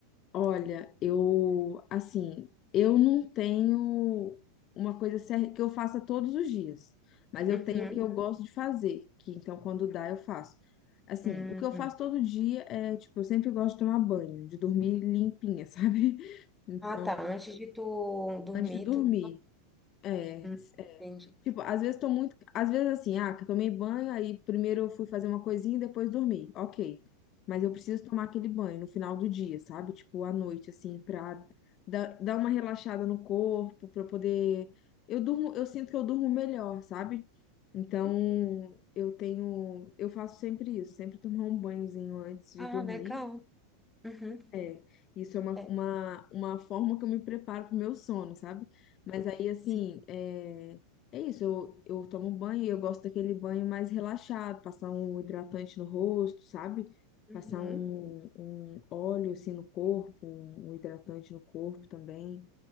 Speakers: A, on the left (about 40°); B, in the centre.
A: Olha, eu, assim, eu não tenho uma coisa cer- que eu faça todos os dias, mas
B: Uhum,
A: eu tenho o que eu gosto de fazer, que então quando dá eu faço. Assim,
B: uhum.
A: o que eu faço todo dia é, tipo, eu sempre gosto de tomar banho, de dormir limpinha, <laughs> sabe? Então,
B: Ah, tá, antes de tu dormir,
A: antes de dormir.
B: tu...
A: É,
B: Hum,
A: é.
B: entendi.
A: Tipo, às vezes tô muito. Às vezes assim, ah, que eu tomei banho, aí primeiro eu fui fazer uma coisinha e depois dormi. Ok. Mas eu preciso tomar aquele banho no final do dia, sabe? Tipo, à noite, assim, pra dar, dar uma relaxada no corpo, pra eu poder. Eu durmo, eu sinto que eu durmo melhor, sabe? Então,
B: Uhum.
A: eu tenho. Eu faço sempre isso, sempre tomar um banhozinho antes de
B: Ah,
A: dormir.
B: legal. Uhum.
A: É, isso é uma,
B: É.
A: uma, uma forma que eu me preparo pro meu sono, sabe? Mas aí, assim,
B: Sim.
A: é, é isso, eu, eu tomo banho e eu gosto daquele banho mais relaxado, passar um hidratante no rosto, sabe?
B: Uhum.
A: Passar um, um óleo, assim, no corpo, um um hidratante no corpo também.